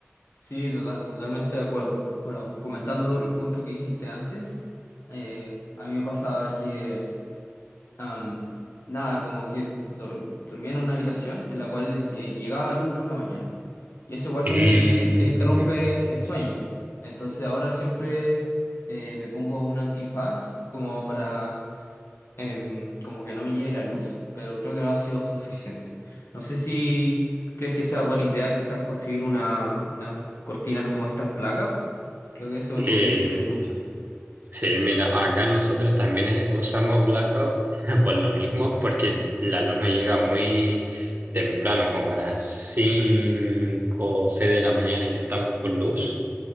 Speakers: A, on the left; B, on the right.
A: sí, tota- totalmente de acuerdo. Bueno, comentando el punto que dijiste antes, eh, a mí me pasaba que Am, nada, como que dor- dormía en una habitación en la cual eh, llegaba luz por la mañana. Y eso igual
B: Mm,
A: me, me- te interrumpe el sueño. Entonces ahora siempre eh, me pongo un antifaz como para em, como que no me llegue la luz, pero creo que no ha sido suficiente. No sé si crees que sea buena idea quizás conseguir una, unas cortinas como estas blackout. Creo que eso me
B: eh,
A: podría servir mucho.
B: Sí, mira, acá nosotros también es- usamos blackout <laughs> por lo mismo, porque el alumno llega muy temprano, como a las 5 o 6 de la mañana y ya estamos con luz.